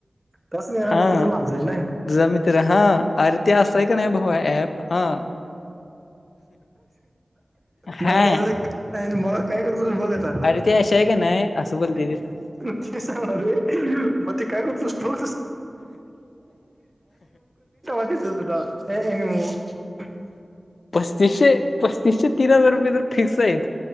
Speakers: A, on the right (about 25°); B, on the left (about 80°).
A: कसला
B: हा
A: मित्र माझा ना.
B: तुझा मित्र हा अरे ते असाय का नाही भाऊ ॲप हा. हा
A: मला त्या मला काय करत बघ आता.
B: त्या अशा हाय का नाही. असं बोलते
A: <unintelligible>
B: ते
A: मग ते काय करतोस. <unintelligible> तेव्हा दिसेल तुला. <unintelligible>
B: पस्तीसशे पस्तीसशे तीन हजार रुपये तर फिक्स आहेत